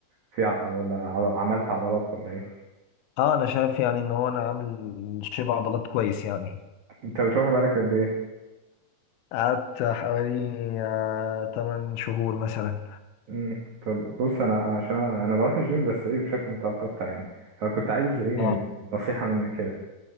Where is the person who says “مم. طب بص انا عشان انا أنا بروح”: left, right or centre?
Right